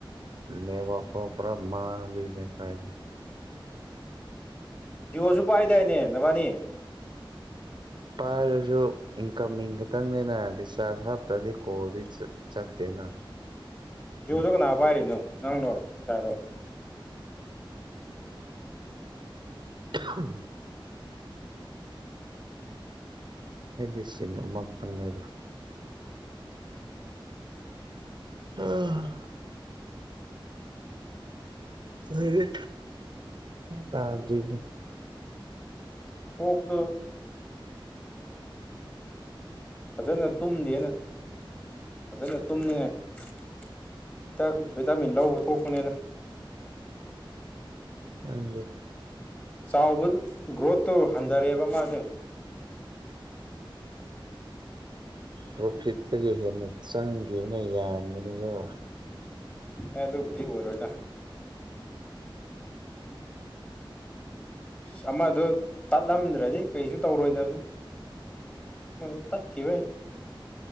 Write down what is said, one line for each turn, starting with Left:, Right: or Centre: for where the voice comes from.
Right: ꯅꯦꯠꯋꯥꯛ ꯐꯥꯎ ꯄꯨꯔꯥ ꯃꯥꯡꯕꯤꯅꯦ ꯁꯋꯥꯏꯗꯤ
Left: ꯖꯤꯑꯣꯁꯨ ꯄꯥꯏꯗꯥꯏꯅꯦ ꯅꯕꯥꯅꯤ
Right: ꯄꯥꯏꯔꯁꯨ ꯏꯟꯀꯝꯃꯤꯡ ꯈꯇꯪꯅꯦꯅ ꯔꯤꯆꯥꯔꯖ ꯇꯗꯤ ꯀꯣꯂꯦꯖ ꯆꯠꯇꯦꯅ
Left: ꯌꯨꯗꯨ ꯀꯅꯥ ꯄꯥꯏꯔꯤꯅꯣ ꯅꯪꯗꯣ ꯎꯗꯥꯔꯣ
Right: ꯍ ꯝ ꯗꯤꯁꯃ ꯐꯗ ꯑꯝ ꯑꯣꯏ ꯇꯥꯗꯅꯦ
Left: ꯑꯣꯗ ꯐꯖꯅ ꯇꯨꯝꯗꯦꯅ ꯐꯖꯅ ꯇꯨꯝꯅꯤꯡꯉꯥꯏ ꯚꯤꯇꯥꯃꯤꯟ ꯂꯧꯕ ꯊꯣꯛꯄꯅꯦꯅ
Right: ꯅꯪꯒꯤꯦ
Left: ꯆꯥꯎꯕ ꯒ꯭ꯔꯣꯠꯇꯨ ꯍꯟꯊꯔꯛꯑꯦꯕ ꯃꯥꯁꯦ
Right: ꯄ꯭ꯔꯣꯐꯤꯠꯇꯒꯤ ꯍꯦꯟꯅ ꯆꯪꯈꯤꯕꯅ ꯌꯥꯝ ꯅꯤꯒꯣ
Left: ꯑꯦ ꯑꯗꯨꯕꯨꯗꯤ ꯑꯣꯏꯔꯣꯏꯗ ꯑ ꯑꯃꯗꯣ ꯇꯠꯂꯝꯗ꯭ꯔꯗꯤ ꯀꯩꯁꯨ ꯇꯧꯔꯣꯏꯗꯕꯅꯤ ꯃ ꯇꯥꯛꯀꯤ